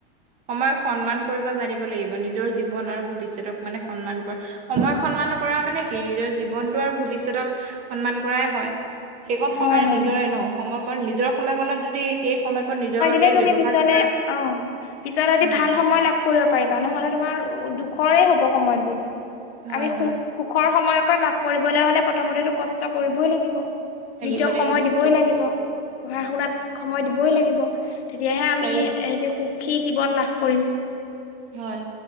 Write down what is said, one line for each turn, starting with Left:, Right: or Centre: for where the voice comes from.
Right: সময়ক সন্মান কৰিব জানিব লাগিব নিজৰ জীৱন আৰু ভৱিষ্যতক মানে সন্মান কৰা সময়ক সন্মান কৰা মানে কি নিজৰ জীৱনটো আৰু ভৱিষ্যতক সন্মান কৰাই হয়। সেইকণ সময়ে
Left: হয় হয়।
Right: নিজৰে ন সময়কণ নিজৰ সময়কনত যদি সেই সময়কণ নিজৰ বাবে
Left: এ তুমি
Right: ব্যৱহাৰ
Left: তেতিয়াহলে
Right: কৰা
Left: অ পিচত আজি
Right: হয়
Left: ভাল সময় কৰিব পাৰিবা নহলে তোমাৰ দুখৰে হ'ব সময়বোৰ
Right: হয়
Left: আমি সুখ
Right: হয়
Left: সুখৰ সময়কে লাভ কৰিবলৈ হলে প্ৰথমতেতো কষ্ট কৰিবই লাগিব।
Right: লাগিব
Left: নিজক
Right: লাগিব
Left: সময় দিবই লাগিব পঢ়া শুনাত সময় দিবই লাগিব। তেতিয়াহে আমি
Right: লাগিব
Left: এহঁতি সুখী জীৱন লাভ কৰিম।
Right: হয়